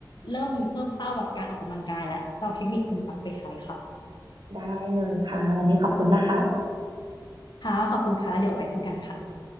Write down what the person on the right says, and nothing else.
ได้เลยค่ะวันนี้ขอบคุณนะคะ